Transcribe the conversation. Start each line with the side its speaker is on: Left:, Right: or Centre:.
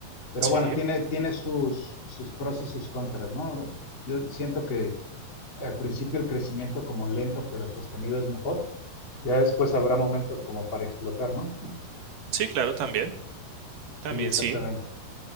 Left: pero
Right: Sí.
Left: bueno, tiene, tiene sus, sus pros y sus contras, ¿no? Yo siento que al principio el crecimiento como lento pero sostenido es mejor, ya después habrá momentos como para explotar, ¿no?
Right: Sí, claro, también, también,
Left: Sí, exactamente.
Right: sí.